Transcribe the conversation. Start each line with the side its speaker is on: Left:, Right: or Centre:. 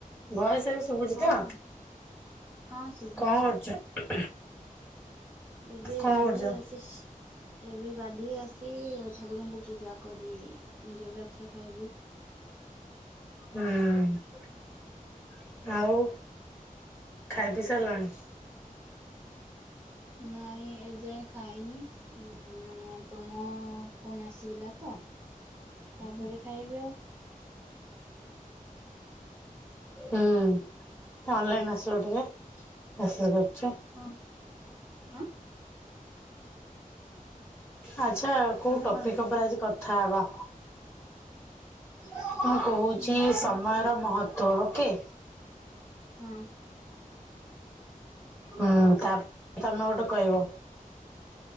Left: ଭୟେଶେ ଶୁଭୁଛିତ।
Right: ହଁ ହଁ ହଁ ଶୁଭୁଛି
Left: କଣ କରୁଛ?
Right: ଏବେ
Left: କଣ
Right: ଗାଧେଇ
Left: କରୁଛ
Right: ଆସିଛି। ଏବେ ଗାନ୍ଧି ଆସିଚି ଠାକୁରଙ୍କୁ ପୂଜା କରି ଜଲରଖିଆ ଖାଇବି।
Left: ହୁଁ ଆଉ ଖାଇ ପି ସାରିଲାଣି।
Right: ନାଇଁ ଏ ଯାଏ ଖାଇନି ମାନେ ତମ କଣ ଆସିଗଲା ତ ତାପରେ ଖାଇବି ଆଉ।
Left: ହୁଁ ଅନଲାଇନ ଆସିଲ ଟିକେ। ଆଶା କରୁଛୁ।
Right: ହଁ ଆଁ।
Left: ଆଚ୍ଛା କୋଉ
Right: ତମେ
Left: ଟପିକ
Right: କଣ କର
Left: ଉପରେ ଆଜି କଥା ହେବା? ମୁଁ କହୁଛି
Right: ହଁ ତମେ
Left: ସମୟର
Right: କୁହ
Left: ମହତ୍ଵ ଓକେ।
Right: ହଁ।
Left: ହୁଁ ତାପ ତମେ ଗୋଟେ କହିବ।